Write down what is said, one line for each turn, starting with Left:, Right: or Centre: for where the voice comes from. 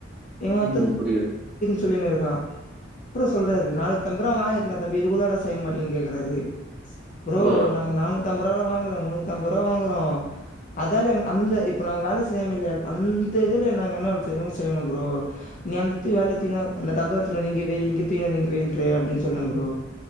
Left: <unintelligible>
Centre: ம். புரியுது.
Left: துல்லினிருக்கா அப்றோ சொல்றாரு நானூத்தம்பரா வாங்க ட்லதம்பி இது கூதவாடா செய்ய மாட்டீங்கின் கேக்கறாரு ப்ரோ
Centre: ஓ!
Left: நா அவுங்க நானூத்தம்பூறா கூட வாங்கல முன்னூத்தம்பூறா வாங்குரோ அதால அந்த இப்ப நாங்க வேல செய்யாமில்ல ‌அந்த இதுல நாங்க என்னா வேல செய்ணு செய்ணு ப்ரோ <unintelligible> அந்த டப்பா எத்துணு வந்து இங்க வை இங்க தூக்கிணு வந்து இங்க வை இங்க வெய்யின்றே அப்டின் சொன்ன ப்ரோ